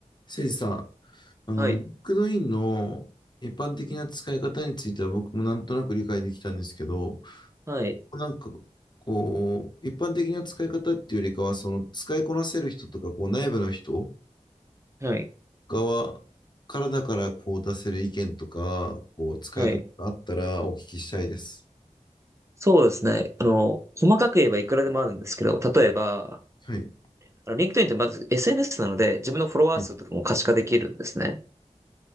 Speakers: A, on the left (about 35°); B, on the right (about 20°).
A: せいじさん、あの、
B: はい。
A: LinkedIn の一般的な使い方については僕もなんとなく理解できたんですけど、
B: はい。
A: なんかこう、一般的な使い方っていうよりかは、その使いこなせる人とか、こう内部の人
B: はい。
A: 側からだからこう出せる意見とか、こう使い方があったらお聞きしたいです。
B: はい。そうですね。あの、細かく言えばいくらでもあるんですけど、例えば、
A: はい。
B: あの、LinkedIn ってまず SNS なので、自分のフォロワー数とかも可視化できるんですね。
A: はい。